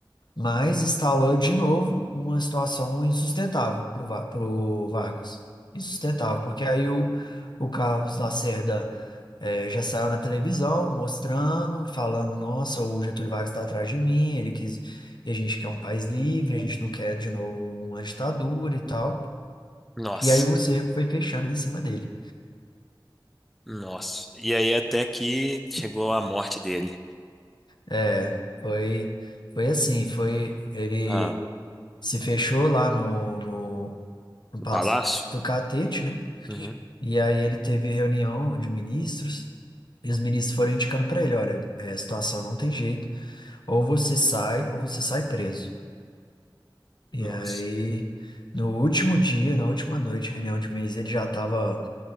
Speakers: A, on the left; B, in the centre.
A: mas instalou de novo uma situação insustentável para o Vargas. Insustentável, porque aí o, o Carlos Lacerda eh, já saiu na televisão mostrando, falando, nossa, o Getúlio Vargas está atrás de mim, ele quis, e a gente quer um país livre, a gente não quer de novo uma ditadura e tal.
B: Nossa.
A: E aí o cerco foi fechando em cima dele.
B: Nossa. E aí até que chegou a morte dele.
A: É, foi, foi assim, foi, ele
B: Ah.
A: se fechou lá no, no, no
B: No
A: Palácio
B: palácio?
A: do Catete, né?
B: Uhum.
A: E aí ele teve reunião de ministros e os ministros foram indicando para ele, olha, é, a situação não tem jeito, ou você sai ou você sai preso. E
B: Nossa.
A: aí no último dia, na última noite, reunião de ministros, ele já estava